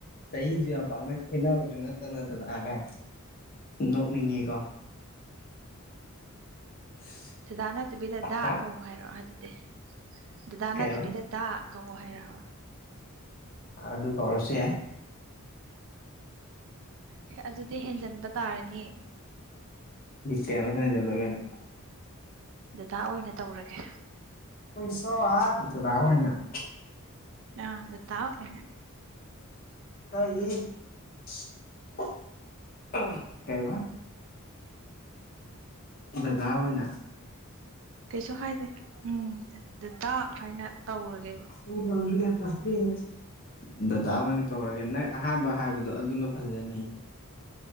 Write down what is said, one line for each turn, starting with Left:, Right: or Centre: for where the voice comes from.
Left: ꯆꯍꯤꯖꯨ ꯌꯥꯝ ꯄꯛꯅ ꯈꯦꯠꯅꯕꯖꯨꯅꯠ ꯅꯣꯛꯅꯤꯡꯉꯤꯀꯣ꯫ <inaudible>
Right: ꯗꯗꯥ ꯅꯠꯇꯕꯤꯗ ꯗꯥ
Left: ꯍꯥ
Right: ꯀꯧ ꯍꯥꯏꯔꯣ ꯑꯗꯨꯗꯤ ꯗꯗꯥ
Left: ꯀꯩꯕ
Right: ꯅꯠꯇꯕꯤꯗ ꯗꯥ ꯀꯧ ꯍꯥꯏꯔꯕ
Left: ꯑ ꯑꯗꯨ ꯀꯧꯔꯁꯨ ꯌꯥꯏ
Right: ꯏꯁ ꯑꯗꯨꯗꯤ ꯍꯦꯟꯖꯟꯕ ꯇꯥꯔꯅꯤ꯫
Left: <unintelligible>
Right: ꯗꯗꯥ ꯑꯣꯏꯅ ꯇꯧꯔꯒꯦ
Left: <unintelligible> ꯗꯗꯥ ꯑꯣꯏꯅ
Right: ꯑ ꯗꯗꯥ ꯑꯣꯢꯅ
Left: <unintelligible> ꯀꯩꯕ ꯗꯗꯥ ꯑꯣꯏꯅ
Right: ꯀꯩꯁꯨ ꯍꯥꯏꯗꯦ ꯎꯝ ꯗꯗꯥ ꯍꯥꯏꯅ ꯇꯧꯔꯒꯦꯕ꯫
Left: <unintelligible> ꯗꯗꯥ ꯑꯣꯏꯅ ꯀꯧꯔꯒꯦ ꯅꯪ ꯑꯍꯥꯟꯕ ꯍꯥꯏꯕꯗꯣ ꯑꯗꯨꯅ ꯐꯖꯅꯤ꯫